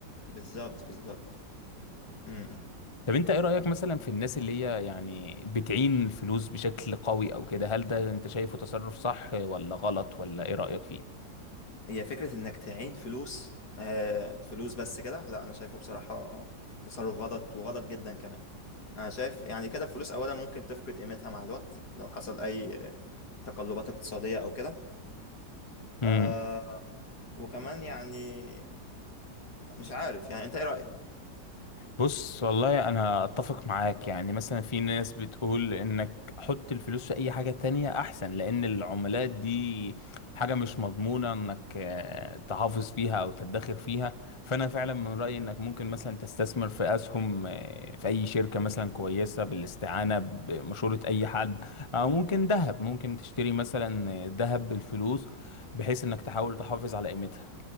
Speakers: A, on the left; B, on the left.
A: بالظبط بالظبط م-م.
B: طب انت ايه رايك مثلا في الناس اللي هي يعني بتعين فلوس بشكل قوي او كده هل ده انت شايفه تصرف صح ولا غلط ولا ايه رايك
A: هي فكره انك تعين فلوس آه، فلوس بس كده لا انا شايفه بصراحه تصرف غلط وغلط جدا كمان انا شايف يعني كده الفلوس اولا ممكن تفقد قيمتها مع الوقت لو حصل اي آه، تقلبات اقتصاديه او كده
B: فيه
A: آه وكمان يعني مش عارف يعني انت ايه رأيك
B: بص والله انا اتفق معاك يعني مثلا في ناس بتقول انك حط الفلوس في اي حاجة تانية احسن لان العملات دي حاجة مش مضمونة انك آه، تحافظ فيها او تدخر فيها فانا فعلا من رأيي انك ممكن مثلا تستثمر في اسهم آه، في اي شركة مثلا كويسة بالاستعانة بمشورة اي حد او ممكن ذهب ممكن تشتري مثلا آه، ذهب بالفلوس بحيث انك تحاول تحافظ على قيمتها